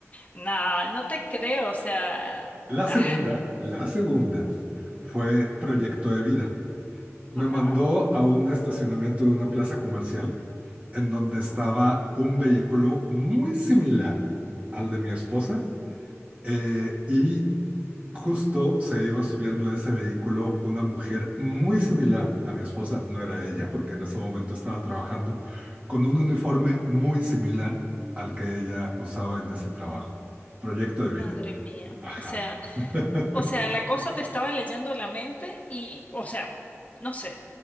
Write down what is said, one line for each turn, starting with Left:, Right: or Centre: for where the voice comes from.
Left: nada, no te creo, o sea,
Right: la
Left: ah,
Right: segunda, la segunda fue Proyecto de Vida. Me
Left: ajá.
Right: mandó a un estacionamiento de una plaza comercial en donde
Left: Ajá.
Right: estaba un vehículo muy similar al de mi esposa eh, y justo se iba subiendo a ese vehículo una mujer muy similar a mi esposa, no era ella porque en ese momento estaba trabajando con un uniforme muy similar al que ella usaba en ese trabajo. Proyecto de
Left: Madre
Right: vida.
Left: mía.
Right: Ajá.
Left: O sea,
Right: <laughs>
Left: o sea, la cosa te estaba leyendo la mente y, o sea, no sé.